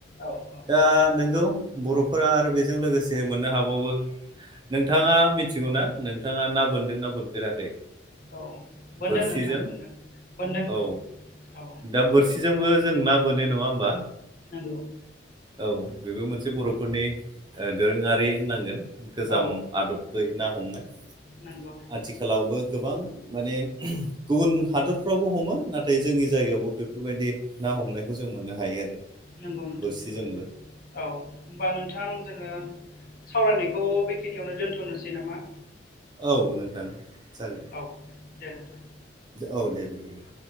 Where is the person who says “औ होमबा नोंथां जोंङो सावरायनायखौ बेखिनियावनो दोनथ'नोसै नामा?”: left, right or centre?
Left